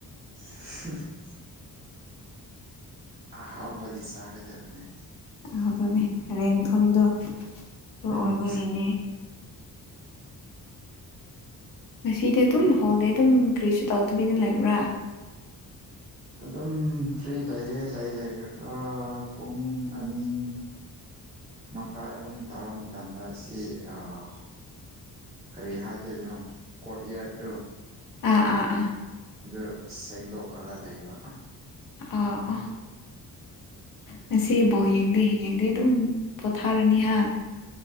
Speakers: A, on the right (about 20°); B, on the left (about 65°).
A: <unintelligible> ꯑꯍꯥꯎꯕꯗꯤ ꯆꯥꯒꯗꯕꯅꯦ
B: ꯑꯗꯨꯅꯦ ꯔꯦꯡ ꯊꯨꯟꯗꯨ ꯑꯗꯨ
A: ꯎꯝ
B: ꯑꯣꯏꯕꯒꯤꯅꯦ ꯉꯁꯤꯗꯤ ꯑꯗꯨꯝ ꯍꯧꯜꯂꯦ ꯑꯗꯨꯝ ꯀꯔꯤꯁꯨ ꯇꯧꯗꯕꯤꯗ ꯂꯩꯕ꯭ꯔꯥ
A: ꯑꯗꯨꯝ ꯐ꯭ꯔꯤ ꯂꯩꯌꯦ ꯂꯩ ꯂꯩꯔꯒ ꯄꯨꯡ ꯑꯅꯤ ꯃꯈꯥꯏ ꯑꯍꯨꯝ ꯇꯥꯕ ꯃꯇꯝꯗ ꯁꯤ ꯑꯥ ꯀꯔꯤ ꯍꯥꯏꯗꯣꯏꯅꯣ ꯀꯣꯔꯣꯠ ꯌꯥꯔꯗꯨ
B: ꯑꯥ ꯑꯥ ꯑꯥ
A: ꯑꯗꯨ ꯁꯦꯡꯗꯣꯛꯑꯒ ꯂꯩꯕ
B: ꯑꯥ ꯑꯥ ꯉꯁꯤ ꯕꯣꯜ ꯌꯦꯡꯗꯦ ꯌꯦꯡꯗꯦ ꯑꯗꯨꯝ ꯄꯣꯊꯥꯔꯅꯤ ꯍꯥ